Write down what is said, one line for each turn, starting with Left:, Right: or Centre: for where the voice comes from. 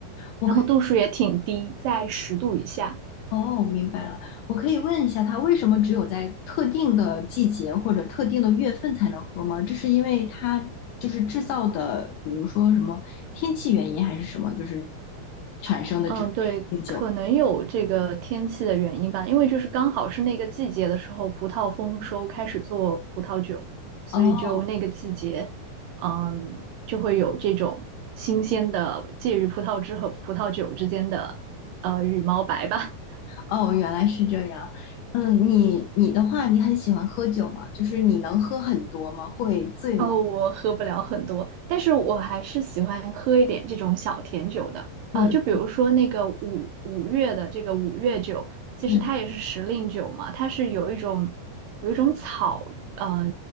Left: 我可以。
Right: 然后度数也挺低，在十度以下。
Left: 哦，明白了。我可以问一下，它为什么只有在特定的季节或者特定的月份才能喝吗？这是因为它就是制造的，比如说什么天气原因还是什么，就是产生的这种冰酒。
Right: 嗯，对，可能有这个天气的原因吧，因为就是刚好是那个季节的时候，葡萄丰收，开始做葡萄酒，所以就那个季节，
Left: 哦
Right: 嗯，就会有这种新鲜的介于葡萄汁和葡萄酒之间的呃羽毛白吧。<laughs>
Left: 哦，原来是这样。嗯，你你的话，你很喜欢喝酒吗？就是你能喝很多吗？会醉吗？
Right: 哦，我喝不了很多，但是我还是喜欢喝一点这种小甜酒的。
Left: 嗯
Right: 啊、就比如说那个五五月的这个五月酒，其实它也是时令酒嘛，
Left: 嗯。
Right: 它是有一种有一种草，呃，